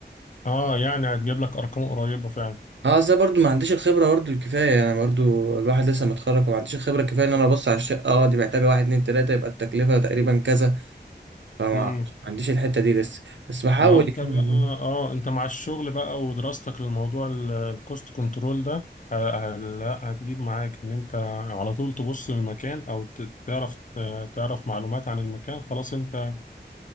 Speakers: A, on the left; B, on the right.
A: اه يعني هتجيب لك ارقام قريبة فعلا
B: اه اصل أنا برضو ما عنديش الخبره برضو الكفايه انا برضو الواحد لسه متخرج فما عنديش الخبره الكفايه ان انا ابص على الشقه اه دي محتاجه واحد اتنين تلاته يبقى التكلفه تقريبا كذا فما
A: مم.
B: عنديش الحته دي لسه بس بحاول
A: ما هو انت
B: يعني
A: بقى اه انت مع الشغل بقى ودراستك للموضوع ال- الكوست كنترول ده ه- ه- لا هتجيب معاك ان انت على طول تبص للمكان او ت- تعرف تعرف معلومات عن المكان خلاص انت